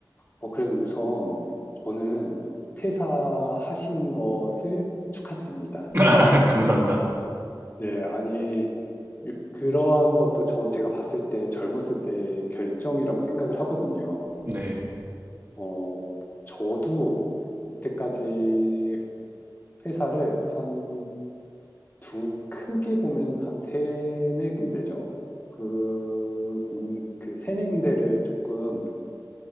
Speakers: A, on the left; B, on the right.
A: 어, 그래도 우선, 저는 퇴사하신 것을 축하드립니다.
B: <laughs> 감사합니다.
A: 네, 아니, 유- 그러한 것도 저, 제가 봤을 때, 젊었을 때 결정이라고 생각을 하거든요.
B: 네,
A: 어, 저도 이때까지 회사를 한 두, 크게 보면 한 세네 군데죠. 그, 공, 그 세네 군데를 조금